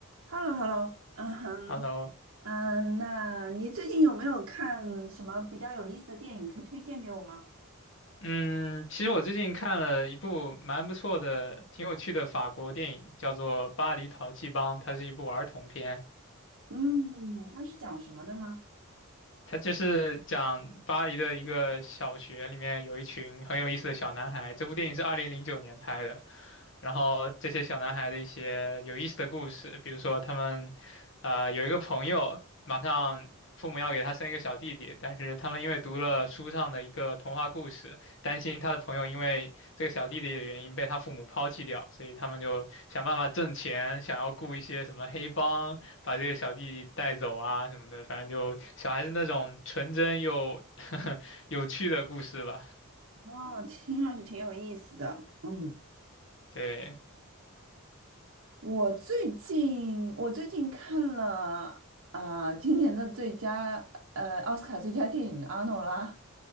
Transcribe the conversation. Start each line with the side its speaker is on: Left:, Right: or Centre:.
Right: h e l l o h e l l o 嗯哼，
Left: Hello，
Right: 嗯，那你最近有没有看什么比较有意思的电影可以推荐给我吗？
Left: 嗯，其实我最近看了一部蛮不错的、挺有趣的法国电影，叫做《巴黎淘气帮》，它是一部儿童片。
Right: 嗯，它是讲什么的呢？
Left: 他就是讲巴黎的一个小学里面有一群很有意思的小男孩。这部电影是二零零九年拍的，然后这些小男孩的一些有意思的故事，比如说他们，呃，有一个朋友马上父母要给他生一个小弟弟，但是他们因为读了书上的一个童话故事，担心他的朋友因为这个小弟弟的原因被他父母抛弃掉，所以他们就想办法挣钱，想要雇一些什么黑帮。把这个小弟弟带走啊什么的，反正就小孩子那种纯真又 <laughs> 有趣的故事吧。
Right: 哦，听上去挺有意思的。嗯，
Left: 对
Right: 我最近我最近看了啊、今年的最佳呃奥斯卡最佳电影《阿诺拉》。